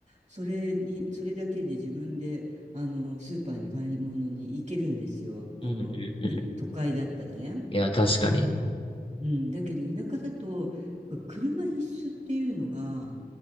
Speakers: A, on the right (about 35°); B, on the left (about 35°).
A: それに、それだけで自分で、あの、スーパーに買い物に行けるんですよ。
B: うんうんうん。
A: あの、い都会だったらね。
B: いや、確かに。
A: うん、だけど田舎だと車必須っていうのが